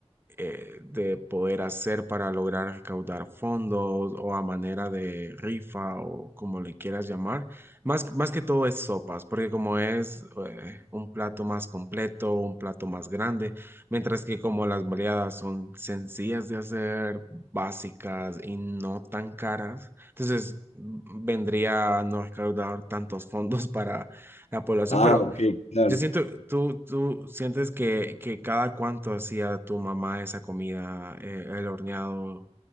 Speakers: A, on the right (about 20°); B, on the left (about 80°).
A: eh, de poder hacer para lograr recaudar fondos o a manera de rifa o como le quieras llamar. Más, más que todo es sopas, porque como es eh, un plato más completo, un plato más grande, mientras que como las variadas son sencillas de hacer, básicas y no tan caras, entonces vendría a no recaudar tantos fondos <laughs> para la población,
B: Ah,
A: pero...
B: ok, claro.
A: Yo siento, tú, tú sientes que, que cada cuánto hacía tu mamá esa comida, eh, el horneado,